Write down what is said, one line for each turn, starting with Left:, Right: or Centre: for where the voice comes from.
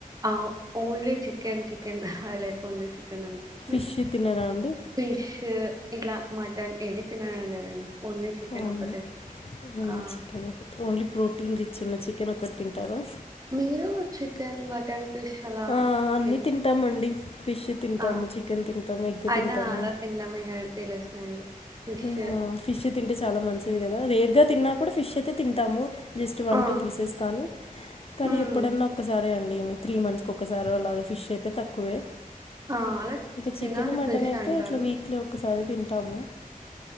Right: ఆ ఓన్లీ చికెన్ చిక్ కెనా లేద్ ఓన్లీ చికెన్
Left: ఫిష్
Right: విత్
Left: తినరా అండి
Right: ఫిష్ ఇర మటన్ ఏది తిననండి నేను ఓన్లీ చికెన్
Left: అవ్ను
Right: ఒకటే
Left: only
Right: ఆ
Left: chicken only protein rich చిన్న చికెన్ ఒకట్ తింటారా
Right: మీరూ చికెన్ మటన్ ఫిష్ అలా
Left: ఆ అన్ని
Right: తిన్
Left: తింటామండి ఫిష్ తింటాము
Right: ఆ!
Left: చికెన్ తింటాము ఎగ్
Right: అయినా
Left: తింటాము
Right: అలా తినడమే హెల్తీ లెస్ అండి. ఫిష్
Left: ఆ ఫిష్ తింటె చాల మంత్స్ ది కదా రేర్గ తిన్నా కూడ ఫిష్ అయితే తింటాము జస్ట్ వన్
Right: ఆ!
Left: టు పీసెస్ కాని కాని
Right: హ్మ్.
Left: ఎప్పుడన్న ఒక్కసారే అండి ఏమి త్రీ మంత్స్ కోక్కసారో అలాగ ఫిష్ అయితె తక్కువే
Right: ఆ! అలా
Left: ఇంక చికెన్
Right: తినాలి
Left: మటన్
Right: ఫిష్
Left: అయితే
Right: అంటారు.
Left: ఇట్ల వీక్లి ఒక్కసారె తింట్ తామో